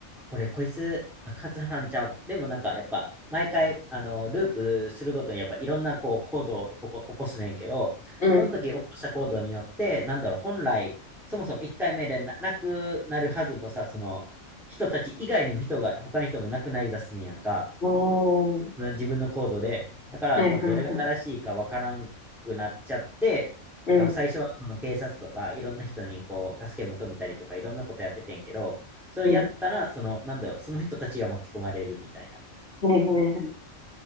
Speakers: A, in the centre; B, on the left.
A: これ、こいつ、爆発犯ちゃうか。でもなんか、やっぱ、毎回、あの、ループするごとに、やっぱ、いろんな、こう、行動を起こ、起こすねんけど、
B: うん。
A: その時起こした行動によって、なんだろう、本来、そもそも1回目でな、なくなるはずのさ、その、人たち以外にも人が、他の人もなくなりだすねんやんか。
B: おー。
A: うん自分のコードで。だから、
B: はいはいはい。
A: まあ、どれが正しいかわからんくなっちゃって、
B: うん、
A: なんか最初はこの警察とかいろんな人にこう助け求めたりとかいろんなことやっててんけど、それやったら、
B: うん。
A: その、なんだろう、その人たちが巻き込まれるみたいな。
B: はいはいはい。